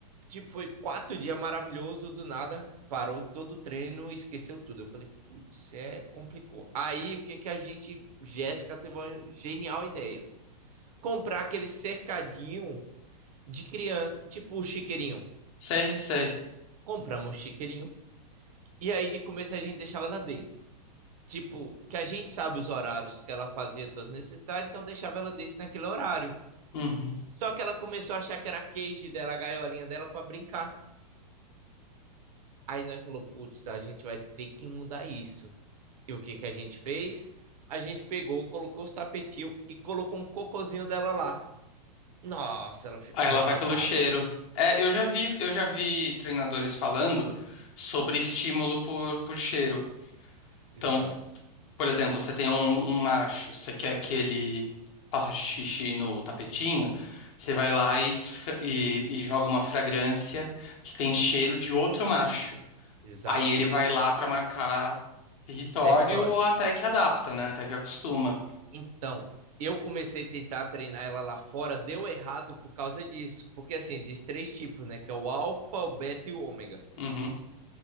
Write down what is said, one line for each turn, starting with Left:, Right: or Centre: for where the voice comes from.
Right: tipo, foi quatro dias maravilhoso, do nada parou todo o treino, esqueceu tudo. Eu falei, putz, é complicou. Aí o que que a gente, Jéssica teve uma genial ideia comprar aquele cercadinho de criança, tipo o chiqueirinho.
Left: Sei, sei.
Right: Compramos um chiqueirinho e aí de começo a gente deixava ela dentro. Tipo, que a gente sabe os horários que ela fazia todas necessidades, então deixava ela dentro naquele horário.
Left: Uhum.
Right: Só que ela começou a achar que era a cage dela, a gaiolinha dela para brincar. Aí nós falou, putz, a gente vai ter que mudar isso. E o que que a gente fez? A gente pegou, colocou os tapetinhos e colocou um cocozinho dela lá. Nossa, ela ficou
Left: Aí ela
Right: revoltada.
Left: vai pelo cheiro. É, eu já vi, eu já vi treinadores falando sobre estímulo por, por cheiro.
Right: Exato,
Left: Então, por exemplo, você tem um, um macho, você quer que ele faça xixi no tapetinho, você vai lá e, esfre- e e joga uma fragrância que tem cheiro de outro macho.
Right: exato.
Left: Aí ele vai lá pra marcar território
Right: Território.
Left: ou até que adapta, né? Até que acostuma.
Right: Então, eu comecei a tentar treinar ela lá fora, deu errado por causa disso. Porque assim, existem três tipos, né? Que é o alfa, o beta e o ômega.
Left: Uhum.